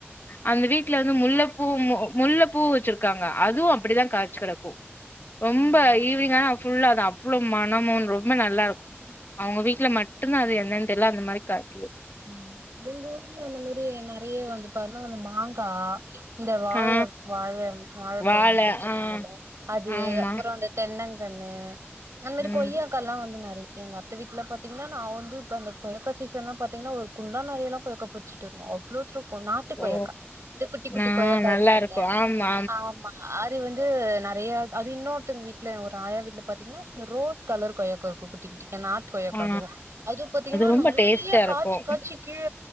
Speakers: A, on the left (about 45°); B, on the right (about 90°).
A: அந்த வீட்ல வந்து முல்லபூ மு முல்ல பூ வச்சிருக் க்காங்க அதுவு அப்படிதா காச்சி கடக்கு ரொம்ப
B: ம்
A: ஈவினிங் ஆனா ஃபுல்லாதா மனமு ரொம்ப நல்லா இருக்கு அவங்க வீட்ல மட்டுந்தா அது என்னன் தெர்ல அந்த மாரி காய்க்குது
B: உ எங்க ஊர்ல அந்த மாரி நெறைய வந்து இப்ப அந்த மாங்கா இந்த வாழ
A: ஆ
B: வாழ வாழப்பழோ
A: வாழ
B: அப்டினு சொன்னாங்கள
A: ஆ
B: அது
A: ஆமா
B: அப்புறோ அந்த தென்னங்கன்னு அந்த மாரி
A: ம்
B: கொய்யா கால்லா வந்து நறைய எங்க அத்த வீட்டுல பாத்தீங்கன்னா நா வந்து அந்த கொய்யாக்கா சீசன்ல்லா பாத் தீங்கனா ஒரு குண்டா நெறையல்லா கொய்யாக்கா பறிச்சிட்வருவோ அவ்ளோத்ருக் கு நாட்டு கொய்யாக்கா
A: ஓ
B: இந்த குட்டி குட்டி
A: நா
B: கொய்யாக்கா
A: நல்லா
B: இருக்குல்ல
A: இருக்கு ஆமா
B: ஆமா அத் து வந்து நெறைய அது இன்னொருத்தங்க வீட்டுல ஒரு ஆயா வீட்டுல பாத்தீங்கன்னா ரோஸ் கலர் கொய் குருக்கு குட்டி குட்டிக்கா நாட் கொய்யாக்கா
A: ஆ
B: அதுவு அது பாதீங்கன்னா
A: ரொம்ப
B: நறைய
A: டேஸ்ட்டா இருக்கு
B: கி கீழ